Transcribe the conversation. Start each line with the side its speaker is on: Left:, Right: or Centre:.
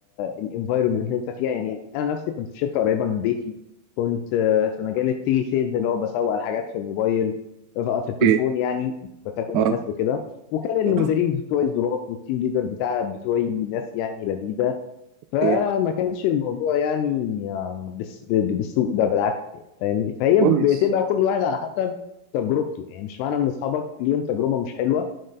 Left: الانفايرومنت اللي انت فيها يعني انا نفسي كنت في شركة قريبة من بيتي كنت آه، في مجال التيلي سيلز اللي هو بسوق على حاجات في الموبايل آه، في التليفون
Right: أوكي
Left: يعني بكلم الناس
Right: أه
Left: وكده وكان المديرين
Right: آه،
Left: بتوعي ظراف والتيم ليدر بتاع بتوعي ناس يعني لذيذة
Right: أوكي
Left: فما كانش الموضوع يعني آه، بس ب- ب- بالسوء ده بالعكس يعني فاهمني فهي
Right: كويس
Left: بتبقى كل واحد على حسب تجربته يعني مش معنى ان اصحابك ليهم تجربه مش حلوه